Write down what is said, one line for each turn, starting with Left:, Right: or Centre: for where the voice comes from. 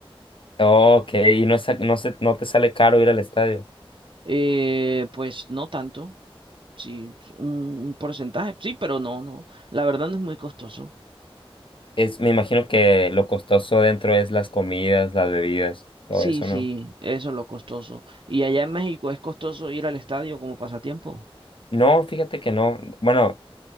Left: Ok, y no, es- no, se- no te sale caro ir al estadio.
Right: Eh, pues no tanto, sí, un, un porcentaje, sí, pero no, no, la verdad no es muy costoso.
Left: Es, me imagino que lo costoso dentro es las comidas, las bebidas, todo
Right: Sí,
Left: eso,
Right: sí,
Left: ¿no?
Right: eso es lo costoso. ¿Y allá en México es costoso ir al estadio como pasatiempo?
Left: No, fíjate que no. Bueno,